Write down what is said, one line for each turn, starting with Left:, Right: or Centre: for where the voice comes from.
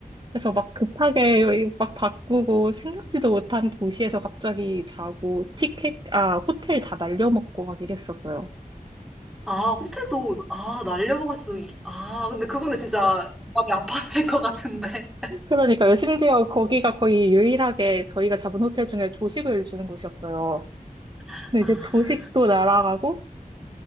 Right: 그래서 막 급하게 막 바꾸고 생각지도 못한 도시에서 갑자기 자고 티켓, 아, 호텔 다 날려먹고 막 이랬었어요.
Centre: 아, 호텔도, 아, 날려먹을 수, 있- 아, 근데 그거는 진짜 마음이 아팠을 것 같은데.
Right: 그러니까요. 심지어 거기가 거의 유일하게 저희가 잡은 호텔 중에 조식을 주는 곳이었어요.
Centre: <laughs>
Right: 근데
Centre: 아,
Right: 이제 조식도 날아가고